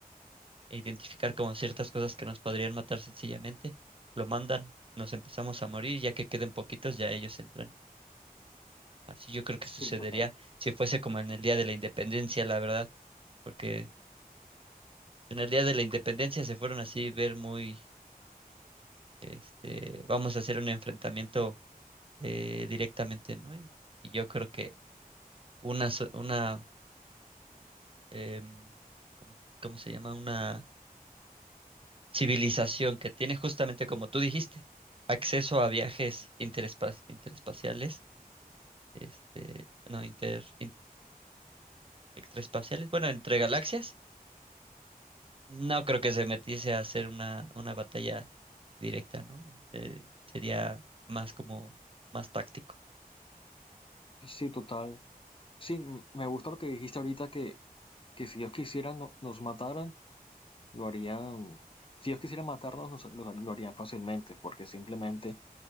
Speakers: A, on the right; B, on the left.
A: e identificar como ciertas cosas que nos podrían matar sencillamente. Lo mandan, nos empezamos a morir, ya que queden poquitos, ya ellos entran. Así yo creo que
B: Sí,
A: sucedería
B: total.
A: si fuese como en el día de la independencia, la verdad, porque en el día de la independencia se fueron así ver muy, este, vamos a hacer un enfrentamiento eh, directamente, ¿no? Y y yo creo que una, so- una em, ¿cómo, cómo se llama? Una civilización que tiene justamente, como tú dijiste, acceso a viajes interespa- interespaciales, este, no, inter, in- extraespaciales, bueno, entre galaxias No creo que se metiese a hacer una, una batalla directa, ¿no? Eh, sería más como más táctico.
B: Sí, total. Sí, m- me gusta lo que dijiste ahorita que, que si ellos quisieran no- nos mataran, lo harían. Si ellos quisieran matarnos, nos- lo, lo harían fácilmente, porque simplemente,